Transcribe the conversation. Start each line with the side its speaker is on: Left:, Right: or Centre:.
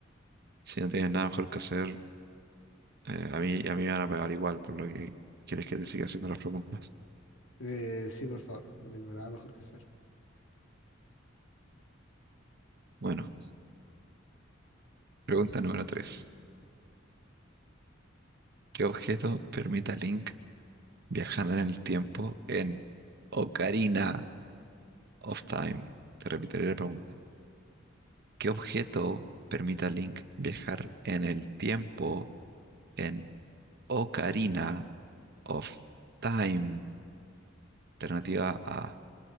Right: si no tienes nada mejor que hacer, eh, a mí, a mí me van a pagar igual por lo que quieres que te siga haciendo las preguntas.
Left: Eh, sí, por favor, no tengo nada mejor que hacer.
Right: Bueno, pregunta número 3. ¿Qué objeto permite a Link viajar en el tiempo en Ocarina of Time? Te repetiré la pregunta. ¿Qué objeto permite a Link viajar en el tiempo en Ocarina of Time? Alternativa A,